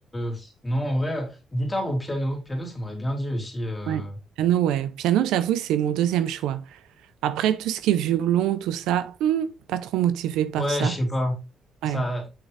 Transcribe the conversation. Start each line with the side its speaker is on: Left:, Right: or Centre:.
Left: je- non, en vrai, euh, guitare ou piano. Piano, ça m'aurait bien dit aussi. euh.
Right: Ouais. Piano, ouais. Piano, j'avoue, c'est mon deuxième choix. Après, tout ce qui est violon, tout ça, hmm, pas trop motivée par
Left: Ouais,
Right: ça.
Left: je sais pas. Ça,
Right: Ouais.